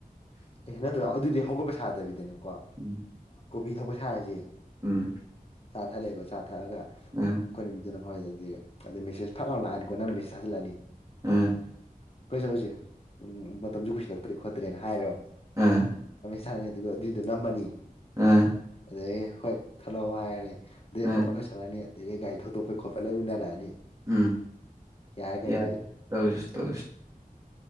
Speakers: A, on the left; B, on the right.
A: ꯑꯦꯍ ꯅꯠꯇ꯭ꯔ ꯑꯗꯨꯗꯤ ꯍꯧꯒꯠꯄ ꯁꯥꯗꯕꯤꯗꯅꯦ
B: ꯎꯝ <inaudible>
A: ꯀꯣꯕꯤ ꯊꯛꯄ ꯁꯥꯔꯁꯦ
B: ꯎꯝ <inaudible>
A: ꯆꯥ ꯊꯛꯂꯛꯑꯕ ꯆꯥ ꯊꯛꯑꯒ ꯑꯩꯈꯣꯏꯅꯕꯤꯗꯨꯅ
B: ꯑꯥ
A: ꯐꯥꯎꯋꯦꯗ ꯗ ꯃꯦꯁꯦꯖ ꯐꯠꯍꯥꯎ ꯂꯥꯛꯑꯅꯤꯀꯣ ꯅꯪ ꯃꯦꯖ ꯊꯖꯜꯛꯑꯅꯤ
B: ꯑ <inaudible>
A: ꯀꯩ ꯆꯧꯂꯨꯁꯦ ꯃꯇꯝꯁꯨ ꯀꯨꯏꯁꯤꯜꯂꯛꯇ꯭ꯔꯦ ꯈꯣꯠꯇ꯭ꯔꯦꯅ ꯍꯥꯏꯔꯣ
B: ꯑꯥ
A: ꯁ ꯑꯗꯨꯒ ꯑꯗꯨꯏꯗꯣ ꯅꯝꯃꯅꯤ
B: ꯑꯥ
A: ꯑꯗꯗꯒꯤ ꯍꯣꯏ ꯊꯠꯂꯛꯑꯣ ꯍꯥꯏꯔꯅꯤ ꯑꯗꯩ ꯑꯐꯕꯠ
B: ꯑꯥ
A: ꯂꯣꯏꯔꯛꯑꯅꯤ ꯑꯗꯒꯤ ꯒꯥꯔꯤ ꯊꯧꯗꯣꯛꯄꯩ ꯈꯣꯠꯄ ꯂꯣꯏ ꯎꯅꯔꯛꯑꯅꯤ
B: ꯎꯝ
A: ꯌꯥꯔꯦ ꯀꯩꯅꯣ
B: ꯌꯥꯔ
A: ꯑꯗꯨꯗꯤ
B: ꯇꯧꯁꯤ ꯇꯧꯁꯤ